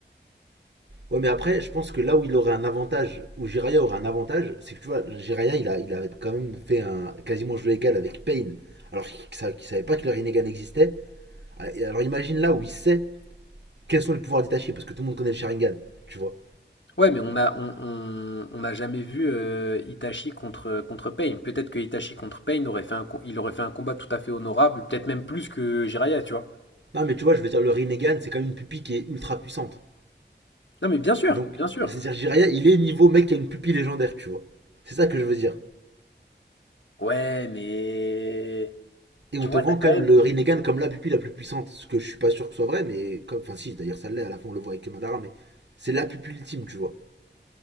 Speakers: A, on the right; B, on the left.
A: Ouais, mais après, je pense que là où il aurait un avantage, où Jiraya aurait un avantage, c'est que tu vois, Jiraya, il, a, il avait quand même fait un quasiment jeu égal avec Pain alors qu'il sa- qu'il savait pas que le Rinnegan existait. Alors imagine là où il sait quels sont les pouvoirs détachés, parce que tout le monde connaît le Sharingan, tu vois.
B: Ouais, mais on a, on, on- on n'a jamais vu euh, Itachi contre, contre Pain. Peut-être que Itachi contre Pain aurait fait un, co- il aurait fait un combat tout à fait honorable, peut-être même plus que Jiraiya, tu vois.
A: Non, mais tu vois, je veux dire, le Rinnegan, c'est quand même une pupille qui est ultra puissante.
B: Non, mais bien sûr,
A: Donc,
B: bien sûr.
A: c'est-à-dire, Jiraya, il est niveau mec qui a une pupille légendaire, tu vois. C'est ça que je veux dire.
B: Ouais, mais.
A: Et on
B: Tu
A: te
B: vois,
A: vend
B: t'as quand
A: quand même
B: même.
A: le Rinnegan comme la pupille la plus puissante, ce que je suis pas sûr que ce soit vrai, mais comme, enfin si, d'ailleurs ça l'est, à la fin on le voit avec Madara, mais c'est la pupille ultime, tu vois.